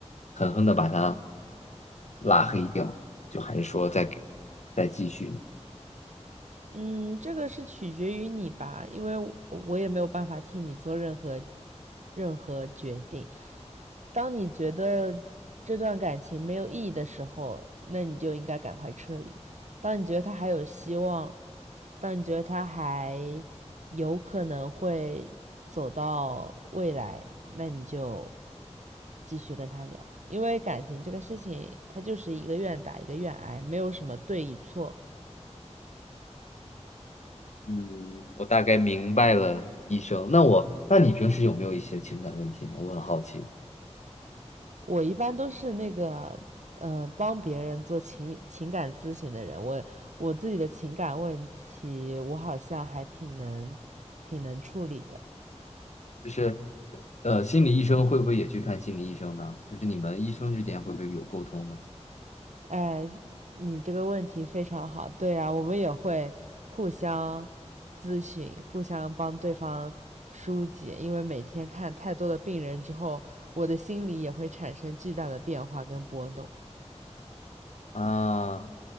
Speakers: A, on the left; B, on the right.
A: 狠狠的把他拉黑掉，就还是说再给再继续呢？
B: 嗯，这个是取决于你吧，因为我也没有办法替你做任何任何决定。当你觉得这段感情没有意义的时候，那你就应该赶快撤离；当你觉得他还有希望，但你觉得他还有可能会走到未来，那你就继续跟他聊，因为感情这个事情，它就是一个愿打一个愿挨，没有什么对与错。
A: 嗯，我大概明白了，医生。那我，那你平时有没有一些情感问题呢？我很好奇，
B: 我一般都是那个，嗯、呃帮别人做情情感咨询的人。我我自己的情感问题，我好像还挺能挺能处理的。
A: 就是，呃，心理医生会不会也去看心理医生呢？就是你们医生之间会不会有沟通呢？
B: 哎，你这个问题非常好。对啊，我们也会互相咨询，互相帮对方疏解，因为每天看太多的病人之后，我的心里也会产生巨大的变化跟波动。
A: 啊，